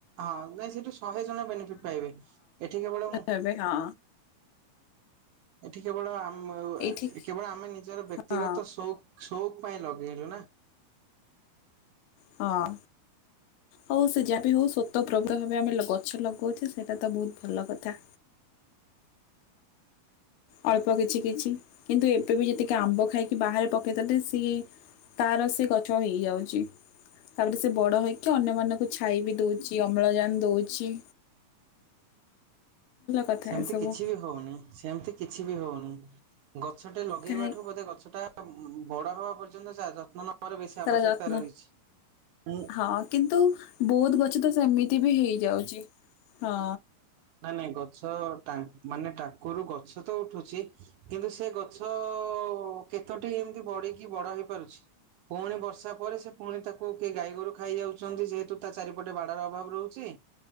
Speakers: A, on the right; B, on the left.
A: ହଁ ନାଇଁ ସେଇଠୁ ଶହେ ଜଣ ବେନିଫିଟ ପାଇବେ। ଏଠି କେବଳ ମୁଁ
B: ତେବେ ହଁ
A: ଏଠି କେବଳ ଆମ
B: ଏଇଠି
A: କେବଳ ଆମେ ନିଜର ବ୍ୟକ୍ତିଗତ
B: ହଁ
A: ସଉକ ସଉକ୍ ପାଇଁ ଲଗେଇଲୁ ନା।
B: ହଁ। ହଉ ସେ ଯାହା ବି ହଉ ସ୍ୱତ ପ୍ରଭତ ଭାବେ ଆମେ ଗଛ ଲଗାଉଛେ ସେଇଟା ତ ବହୁତ ଭଲ କଥା। ଅଳ୍ପ କିଛି କିଛି କିନ୍ତୁ ଏବେ ବି ଯେତିକି ଆମ୍ବ ଖାଇକି ବାହାରେ ପକାଇଦେଲେ ସିଏ ତାର ସେ ଗଛ ହେଇଯାଉଛି। ତାପରେ ସେ ବଡ଼ ହେଇକି ଅନ୍ୟମାନଙ୍କୁ ଛାଇ ବି ଦଉଛି। ଅମ୍ଳଜାନ ଦଉଛି। କଥା
A: ସେମତି
B: ଏସବୁ
A: କିଛି ବି ହଉନି ସେମତି କିଛି ବି ହଉନି ଗଛଟେ ଲଗେଇବା
B: କାହିଁ
A: ଠୁ ବୋଧେ ଗଛଟା ବଡ ହବା ପର୍ଯ୍ୟନ୍ତ ଯାହା ଯତ୍ନ ନେବାର ବେଶୀ
B: ତାର
A: ଆବଶ୍ୟକତା
B: ଯତ୍ନ
A: ରହିଛି। ମୁଁ
B: ହଁ କିନ୍ତୁ ବହୁତ ଗଛ ତ ସେମିତି ବି ହେଇଯାଉଛି ହଁ।
A: ନାଇଁ ନାଇଁ ଗଛ ଟା ମାନେ ଟାକୁରୁ ଗଛ ତ ଉଠୁଛି କିନ୍ତୁ ସେ ଗଛ କେତୋଟି ଏମିତି ବଢିକି ବଡ ହେଇପାରୁଛି? ପୁଣି ବର୍ଷା ପରେ ସେ ପୁଣି ତାକୁ କିଏ ଗାଈ ଗୋରୁ ଖାଇ ଯାଉଛନ୍ତି ଯେହେତୁ ତା ଚାରିପଟେ ବାଡ ର ଅଭାବ ରହୁଛି।